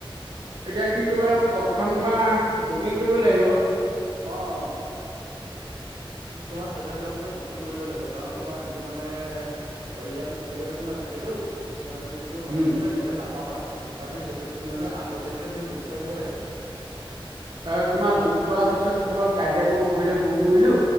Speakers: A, on the right; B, on the right.
A: এতিয়া কি কৰিব প্ৰথম তোমাৰ বুকিং কৰিব লাগিব।
B: অ' অ'। তোমাৰ চেভেন ডাবুল বুকিং কৰিব লাগিব কাৰণ তোমাৰ সেইটো মানে - হয়, ইয়াত এভেইলেবল নাথাকেতো মানে তুমি সেইটো পতকতে
A: উম।
B: গ'লে নাপ নাপাবা হেটো সেইকাৰণে সেইটো তুমি মানে আগতীয়াকৈ তুমি বুক কৰি থ'ব লাগিব।
A: অ' তোমাৰ বুক কৰা পিছত ধৰ কাইলৈ মই পৰহিলৈ বুক কৰিলো।